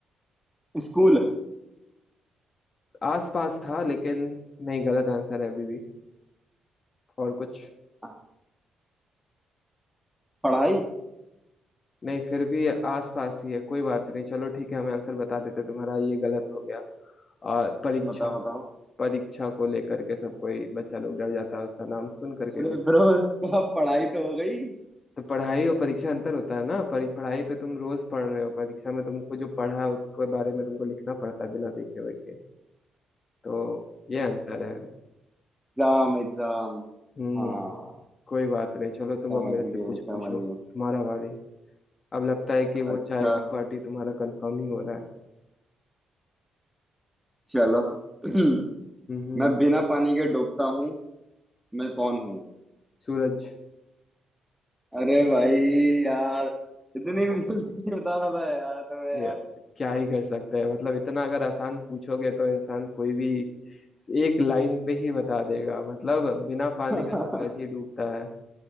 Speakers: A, in the centre; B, on the left.
A: स्कूल
B: आस पास था लेकिन नहीं गलत आंसर है अभी भी और कुछ
A: हाँ, पढ़ाई
B: नहीं फिर भी आस पास ही है कोई बात नहीं चलो ठीक है हम आंसर बता देते तुम्हारा ये गलत हो गया आ, परीक्षा
A: बताओ बताओ
B: परीक्षा को लेकर के सब कोई बच्चा लोग डर जाता है उसका नाम सुन करके
A: अरे
B: भी
A: ब्रो उसका पढ़ाई तो हो गई
B: तो पढ़ाई और परीक्षा अंतर होता है ना परी, पढ़ाई पे तुम रोज पढ़ रहे हो परीक्षा में तुमको जो पढ़ा है उसके बारे में तुमको लिखना पड़ता है बिना देखे हुए के तो ये अंतर है
A: Exam exam
B: हम्म
A: हाँ
B: कोई बात नहीं चलो तुम
A: समझ
B: अब मेरे से
A: गए
B: कुछ
A: समझ
B: पूछो
A: गए
B: तुम्हारा बारी अब लगता है कि वो
A: अच्छा
B: चाय का पार्टी तुम्हारा कंफर्म ही हो रहा है
A: चलो <clears throat>
B: हम्म
A: मैं बिना पानी के डूबता हूँ मैं कौन हूँ
B: सूरज
A: अरे भाई यार इतनी
B: ओ,
A: भी जल्दी नहीं बताना था यार तुम्हें
B: या,
A: यार
B: क्या ही कर सकते हैं मतलब इतना अगर आसान पूछोगे तो इंसान कोई भी एक लाइन पे ही बता देगा मतलब बिना पानी
A: <laughs>
B: का सूरज ही डूबता है